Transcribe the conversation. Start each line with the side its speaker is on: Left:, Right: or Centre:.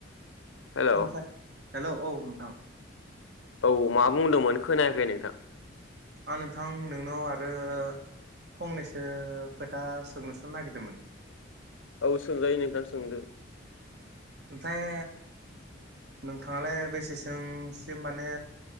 Left: हेलौ
Right: ओमफ्राय हेल' औ नोंथां।
Left: औ मा बुंदोंमोन खोनायाखै नोंथां?
Right: औ नोंथां नोंनाव आरो फंनैसो खोथा सोंनोसो नागिरदोंमोन।
Left: औ सोंजायो नोंथां सोंदो।
Right: ओमफ्राय नोंथाङालाय बेसेसोसिम माने